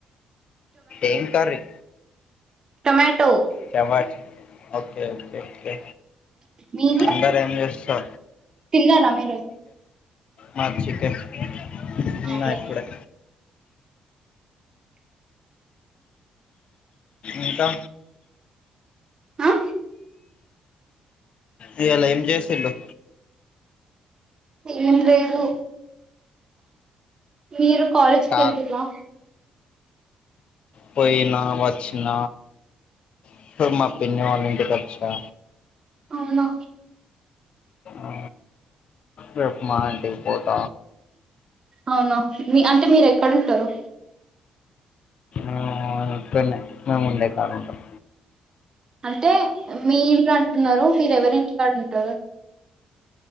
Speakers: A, on the left (about 55°); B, on the right (about 35°).
A: ఎం కర్రీ.
B: టమాటో.
A: టమాచ్ ఓకే ఓకే కే.
B: మీది
A: అందరేమ్ జెస్తా.
B: తిన్నారా మీరు.
A: మాది చికెన్ తిన్న
B: అవునా
A: ఇప్పుడే. ఇంకా.
B: ఆ
A: ఇయ్యాల ఎమ్ జేసిల్లు.
B: ఏం లేదు మీరు. కాలేజ్కి
A: కా
B: కెలిల్లా.
A: పోయినా వచ్చిన. ఇప్పుడు మా పిన్ని వాళ్ళ ఇంటికచ్చా.
B: అవునా.
A: ఆ. రేపు మార్నింగ్ పోత.
B: అవునా మీ అంటే మీరు ఎక్కడుంటారు
A: ఆ ఇకన్నే మేము ఉండేకాడ ఉంటాం.
B: అంటే మీ ఇల్లు అంటున్నారు మీరెవరి ఇంటికాడ ఉం. తరత్.